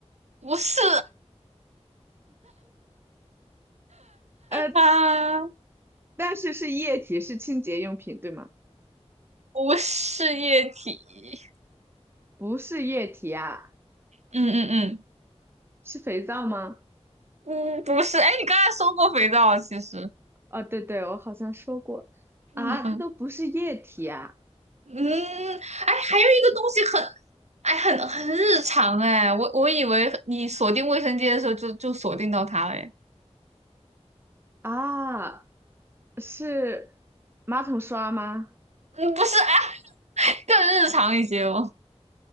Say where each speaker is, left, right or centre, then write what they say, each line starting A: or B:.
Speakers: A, on the right; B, on the right.
A: 不是
B: 呃，
A: 啊，<laughs>
B: 但是是液体，是清洁用品，对吗？
A: 不是液体。
B: 不是液体啊，
A: 嗯嗯
B: 是肥皂吗？
A: 嗯嗯，不是。哎，你刚才说过肥皂啊其实。
B: 哦，对对，我好像说过啊，
A: 嗯嗯
B: 它都不是液体啊
A: 嗯，哎，还有一个东西很哎很很日常哎，我我以为你锁定卫生间的时候就就锁定到它了哎。
B: 啊，是马桶刷吗？
A: 嗯，不是哎，更日常一些哦。